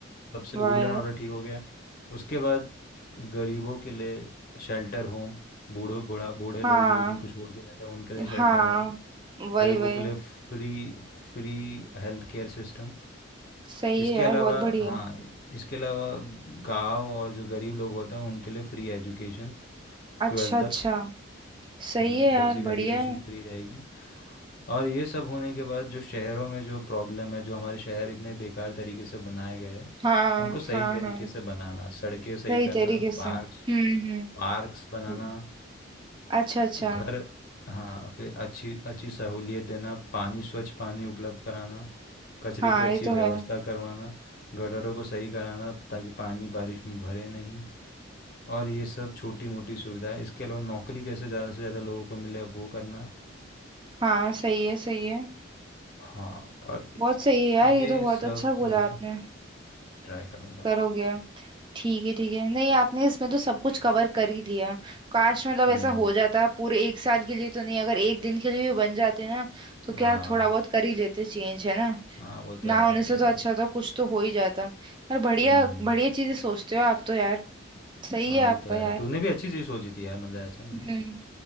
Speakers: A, on the left; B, on the right.
A: सबसे
B: वाह
A: रूल
B: यार
A: एंड ऑर्डर ठीक हो गया उसके बाद गरीबों के लिए शेल्टर होम बूढ़ो बूढ़ा बूढ़े लोग
B: हाँ
A: जो जिनको छोड़ दिया जाता है उनके लिए शेल्टर
B: हाँ
A: होम
B: वही
A: गरीबों
B: वही
A: के लिए free free health care system
B: सही
A: इसके
B: है यार
A: अलावा
B: बहुत बढ़िया
A: हाँ इसके अलावा गांव और जो गरीब लोग होते हैं उनके लिए फ्री एजुकेशन
B: अच्छा
A: ट्वेल्थ
B: अच्छा
A: तक
B: सही
A: हम्म
B: है यार
A: बेसिक एजुकेशन
B: बढ़िया है
A: फ्री रहेगी और ये सब होने के बाद जो शहरों में जो प्रॉब्लम है जो हमारे शहर इतने बेकार तरीके से बनाए गए हैं
B: हाँ
A: उनको सही
B: हाँ
A: तरीके
B: हाँ
A: से बनाना सड़कें सही
B: सही
A: करना
B: तरीके
A: पार्क्स
B: से हम्म
A: पार्क्स बनाना
B: हम्म अच्छा अच्छा
A: घर हाँ फिर अच्छी अच्छी सहूलियत देना पानी स्वच्छ पानी उपलब्ध कराना कचरे
B: हाँ
A: की अच्छी
B: ये तो
A: व्यवस्था
B: है
A: करवाना गटरों को सही कराना ताकि पानी बारिश में भरे नहीं और ये सब छोटी मोटी सुविधाएं इसके अलावा नौकरी कैसे ज़्यादा से ज़्यादा लोगों को मिले वो करना
B: हाँ सही है सही है
A: हाँ और
B: बहुत सही है यार
A: ये
B: ये तो बहुत
A: सब
B: अच्छा
A: मैं
B: बोला आपने
A: ट्राई करूँगा
B: करोगे ठीक है ठीक है नहीं आपने इसमें तो सब कुछ कवर कर ही लिया काश मतलब ऐसा
A: हम्म
B: हो जाता पूरे एक साल के लिए तो नहीं अगर एक दिन के लिए भी बन जाते ना तो
A: हाँ
B: क्या थोड़ा बहुत कर ही लेते चेंज है ना
A: हाँ वो तो
B: ना
A: है
B: होने
A: वो
B: से
A: तो
B: तो अच्छा
A: है
B: था कुछ तो हो ही जाता यार बढ़िया
A: हम्म
B: बढ़िया चीजें सोचते हो आप तो यार सही
A: हाँ
B: है आपका
A: वो तो है
B: यार
A: तूने भी अच्छी चीज़ सोची थी यार मतलब ऐसा नहीं
B: हम्म
A: है